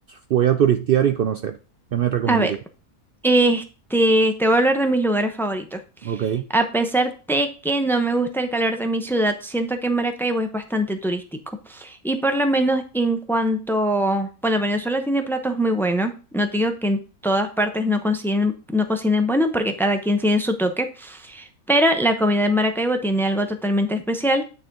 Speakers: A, on the right (about 85°); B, in the centre.
A: voy a turistear y conocer, ¿qué me recomendarías?
B: a ver. Este, te voy a hablar de mis lugares favoritos.
A: Ok,
B: A pesar de que no me gusta el calor de mi ciudad, siento que Maracaibo es bastante turístico. Y por lo menos en cuanto, bueno, Venezuela tiene platos muy buenos. No te digo que en todas partes no cocinen, no cocinen bueno, porque cada quien tiene su toque. Pero la comida de Maracaibo tiene algo totalmente especial,